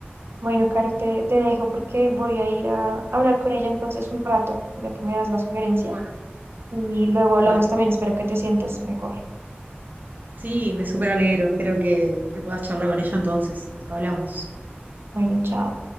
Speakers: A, on the right; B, on the right.
A: Bueno, Caro, te, te dejo porque voy a ir a hablar con ella entonces un rato, ya que me das la sugerencia.
B: Bueno,
A: Y luego hablamos
B: dale.
A: también, espero que te sientas mejor.
B: Sí, me súper alegro. Espero que, que puedas charlar con ella entonces. Nos hablamos.
A: Bueno, chao.